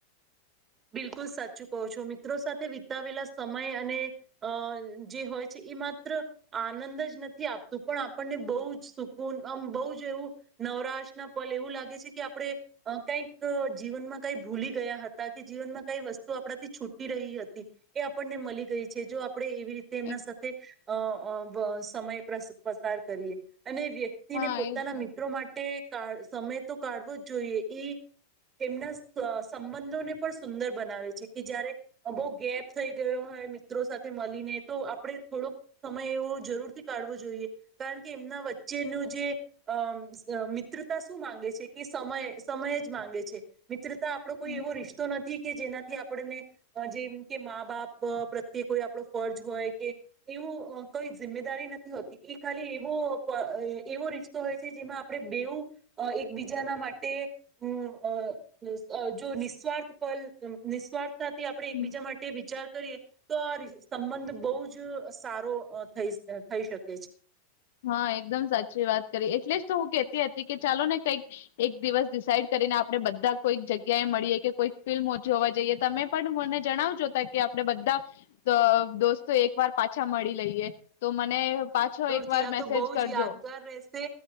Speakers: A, on the right; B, on the left.
A: બિલકુલ સાચું કહો છો, મિત્રો સાથે વિતાવેલા સમય અને અ જે હોય છે એ માત્ર આનંદ જ નથી આપતું પણ આપણને બહુ જ સુકૂનમ બહુ જ એવું નવરાશ ના પલ એવું લાગે છે કે આપણે કઈક જીવનમાં કઈ ભૂલી ગયા હતા. જીવનમાં કઈ વસ્તુ આપણાથી છૂટી રહી હતી એ આપણને મળી ગઈ છે જો આપણે એ રીતે એમના
B: એક
A: સાથે અ અ વ સમય પસાર કરીએ. અને વ્યક્તિને
B: હા
A: પોતાના
B: એ જ ને.
A: મિત્રો માટે કાળ સમય તો કાઢવો જ જોઈએ એ તેમના સંબંધોને પણ સુંદર બનાવે છે કે જયારે બહુ ગેપ થઈ ગયો હોય મિત્રો સાથે મળીને તો આપણે થોડોક સમય એવો જરૂરથી કાઢવો જોઈએ કારણ કે એમના વચ્ચેનો જે અમ મિત્રતા શું માંગે છે કે સમય સમય જ માંગે છે. મિત્ર તા આપો કોઈ
B: હમ
A: એવો રિશ નથી કે જેનાથી આપણને જેમ કે મા બાપ પ્રત્યે કોઈ આપણો ફર્જ હોય કે એવું કઈ જિમ્દારી નથી હોતી એ ખાલી એવો એવો રિશ્તો હોય છે જેમાં આપણે બેવું એકબીજાના માટે હમ્મ અ જો નિસ્વાર્થ પલ એમ નિસ્વાર્થ તા થી આપણે
B: હમ.
A: એકબીજા માટે વિચાર કરીએ તો આ સંબંધ બહુ જ સારો થઈ થઈ શકે છે.
B: હા એકદમ સાચી વાત કરી એટલે જ તો હું કેતી હતી. કે ચાલો ને કઈક એક દિવસ ડિસાઇડ કરીને આપણે બધા કોઈક જગ્યાએ મળીએ કે કોઈક ફિલ્મજ હોવા જઈએ તમે પણ મને જણાવજો ત કે આપણે બધા અ દોસ્તો એક વાર પાછા મળી લઈએ. તો મને પાછો એક
A: યા
B: વાર મેસેજ
A: તો બવ
B: કરજો
A: જ યાદગાર રહેશે